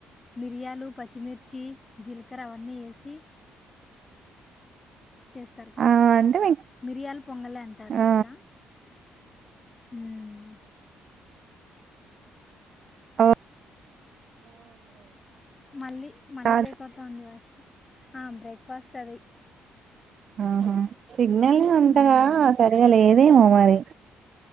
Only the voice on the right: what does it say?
ఆ!
అంటే మేం
ఆ!
ఆ
కాదు.
ఆహా సిగ్నల్ని అంతగా
సరిగా లేదేమో మరి.